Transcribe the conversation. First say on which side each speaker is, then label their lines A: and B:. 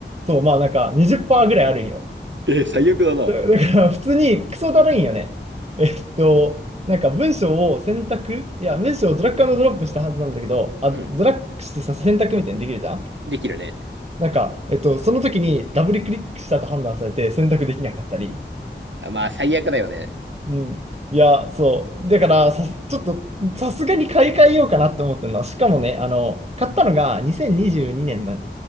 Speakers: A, on the right; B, on the right.
A: う。そう、まあなんか20%ぐらいあるんよ。
B: えー、最悪だな。
A: だ、だから普通にクソだるいんよね。えっと、なんか文章を選択、いや、文章をドラッグアンドドロップしたはずなんだけど、あ、
B: うん。
A: ドラッグしてさ、選択みたいにできるじゃん。
B: できるね。
A: なんか、えっと、その時にダブルクリックしたと判断されて選択できなかったり。
B: あまあ、最悪だよね。
A: うん。いや、そう。だから、さ、ちょっと、さすがに買い替えようかなって思ってるのは、しかもね、あの、買ったのが2022年の、